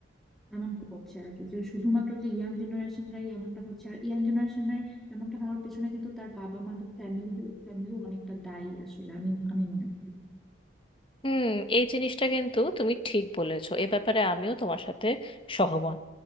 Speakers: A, in the centre; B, on the left.
A: এমন করছে আর কি যে শুধুমাত্র যে ইয়াং জেনারেশনরাই এমনটা হচ্ছে আর ইয়াং জেনারেশনের এমনটা হওয়ার পেছনে কিন্তু তার বাবা মা তার ফ্যামিলি ফ্যামিলিও অনেকটা দায়ী আসলে আমি আমি মনে করি
B: হুম এই জিনিসটা কিন্তু তুমি ঠিক বলেছো এ ব্যাপারে আমিও তোমার সাথে সহমত